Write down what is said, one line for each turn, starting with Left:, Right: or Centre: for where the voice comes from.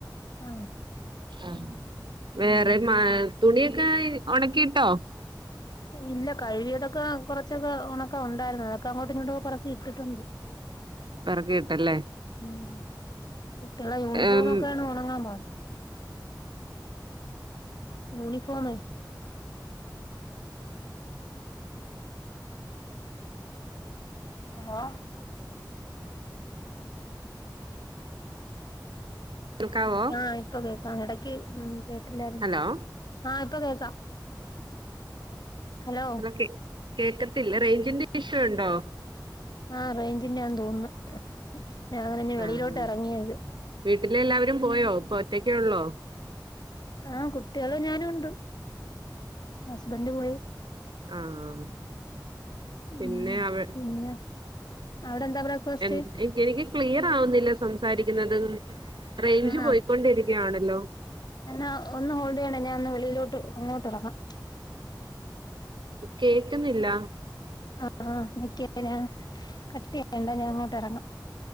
Left: ആ
Right: ആ വേറെ മ തുണിയൊക്കെ ഒണക്കിട്ടോ?
Left: ഇല്ല കഴുകിയതൊക്കെ കൊറച്ചൊക്കെ ഉണക്കം ഉണ്ടായിരുന്നു അതൊക്കെ അങ്ങോട്ട് ഇങ്ങോട്ട പുറക്ക ഇട്ടിട്ടുണ്ട്.
Right: പെറക്കിയിട്ടല്ലേ
Left: മ് കുട്ടികള യൂണിഫോമ
Right: ഏഹ്
Left: ഒക്കെ ആണ് ഒണങ്ങാൻ പണി യൂണിഫോമേ ഹ <inaudible>
Right: കേൾക്കാവോ
Left: ആ ഇപ്പൊ കേൾക്കാം ഇടക്ക് ഉ കേട്ടില്ലായിരുന്നു
Right: ഹലോ
Left: ആ ഇപ്പൊ കേക്കാം. ഹലോ
Right: ഹലേ കേക്കത്തില്ല റേഞ്ചിന്റെ ഇഷ്യു ഉണ്ടോ?
Left: ആ റേഞ്ചിന് ഞാൻ തോന്നുന്നു. ഞങ്ങ നിന്നെ വെളിയിലോട്ട്
Right: ആഹ്
Left: ഇറങ്ങിയത്.
Right: വീട്ടില് എല്ലാവരും പോയോ ഇപ്പൊ ഒറ്റക്കേ ഉള്ളോ
Left: ആ കുട്ടികള ഞാനും ഉണ്ട് ഹസ്ബന്റ് പോയി.
Right: ആഹ
Left: ഉം
Right: പിന്നെ അവ
Left: പിന്നെ അവിടെ എന്താ ബ്രക്ഫാസ്റ്റ്
Right: എൻ എനിക്ക് ക്ലിയർ ആവുന്നില്ല സംസാരിക്കുന്നത്. റേഞ്ച്
Left: ആണോ
Right: പോയിക്കൊണ്ടിരിക്കുകയാണല്ലോ
Left: എന്നാ ഒന്ന് ഹോൾഡ് ചെയ്യണ ഞാൻ ഒന്ന് വി ലോട്ട് അങ്ങോട്ട് ഇറങ്ങാം.
Right: കേക്കുന്നില്ല
Left: ആഹ ആ എക്ക ഞാൻ കട്ട ചെയണ്ട ഞാൻ അങ്ങോട്ട് ഇറങ്ങാം.